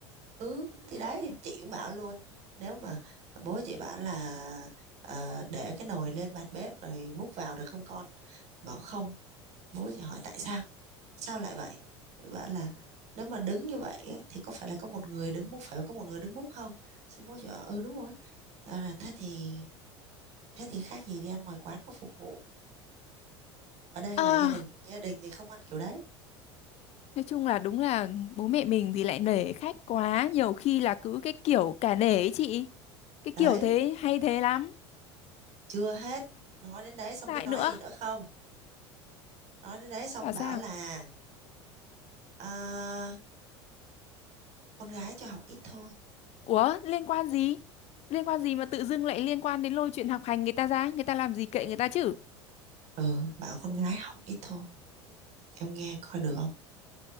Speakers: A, on the right; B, on the left.
A: ừ thì đấy chị cũng bảo luôn nếu mà bố chị bảo là ờ, để cái nồi lên bàn bếp rồi múc vào được không con bảo không bố chị hỏi tại sao sao lại vậy bảo là nếu mà đứng như vậy á, thì có phải là có một người đứng múc phải có một người đứng múc không xong bố chị bảo ừ đúng rồi Bảo là thế thì thế thì khác gì đi ăn ngoài quán có phục vụ ở đây
B: À,
A: là gia đình gia đình thì không ăn kiểu đấy
B: nói chung là đúng là bố mẹ mình thì lại nể khách quá, nhiều khi là cứ cái kiểu cả nể ấy chị. Cái
A: đấy
B: kiểu thế hay thế lắm.
A: chưa hết nói đến đấy xong
B: Lại
A: biết nói
B: nữa,
A: gì nữa không nói đến đấy xong
B: bảo sao?
A: bảo là à, con gái cho học ít thôi
B: Ủa liên quan gì? Liên quan gì mà tự dưng lại liên quan đến lôi chuyện học hành người ta ra? Người ta làm gì kệ người ta chứ?
A: ừ bảo con gái học ít thôi em nghe coi được không